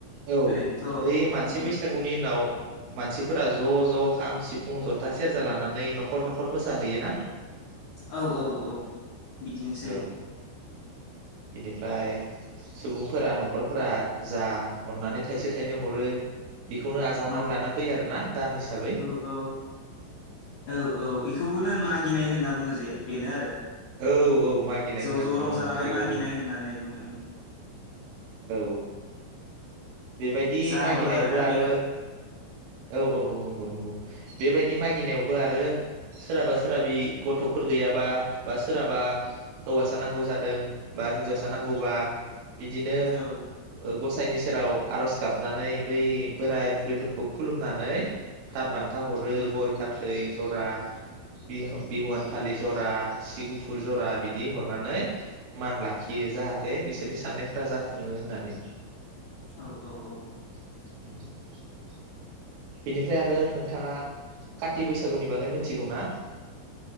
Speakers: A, on the right (about 75°); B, on the left (about 70°).
A: औ
B: ओरैनोथ'
A: बै मानसि
B: उम
A: बैसागुनि उनाव मानसिफोरा ज ज खाम सिफुं जथा सेरजा लानानै नखर नखर मोसाहैय ना
B: औ औ औ बिदिनोसै
A: औ बिनिफ ओय सुबुंफोरा नखरफोरा जा अननानै थाइसे थाइनै हरो बेखौनो आजावनानै
B: औ
A: लाना फैयो आरोना दान हिसाबै
B: औ औ औ औ एखौबोनो मागिनाय होनना बुङो जे बेनो आरो
A: औ औ मागिनाय
B: ज'
A: होनना
B: ज'
A: बुंङो
B: रंजानानै
A: नथारगौ
B: मागिनाय होननानै बुंनो
A: औ औ बेबायदि
B: जा
A: मागिनायावबो
B: हरो आरोना
A: आरो
B: बेवहाय
A: औ औ औ नंगौ नंगौ बेबायदि मागिनायावबो आरो सोरहाबा सोरहाबि गथफोर गैयाबा बा सोरहाबा हौवासा नांगौ जादों बा हिनजावसा नांगौबा बिदिनो
B: औ
A: ओ गसाय साइनि सेराव आर'ज गाबनानै बै बोराइ- बुरैफोरखौ खुलुमनानै दानबान थाहरो
B: औ
A: गय-फाथै जरा, बिहु-बिहुवान फालि जरा, सि गुफुर जरा बिदि हरनानै मान लाखियो, जाहाथे बिसोरनि साननायफ्रा जाफुङो होननानै।
B: औ औ औ
A: <inaudible> बिनिफ्राय आरो नोंथाङा काति बैसागुनि बागै मोनथिगौ ना?